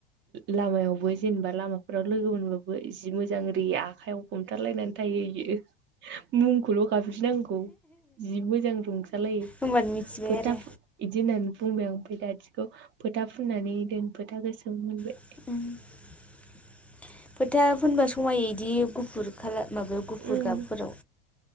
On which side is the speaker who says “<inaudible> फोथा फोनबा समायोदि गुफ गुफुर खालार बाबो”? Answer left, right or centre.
Centre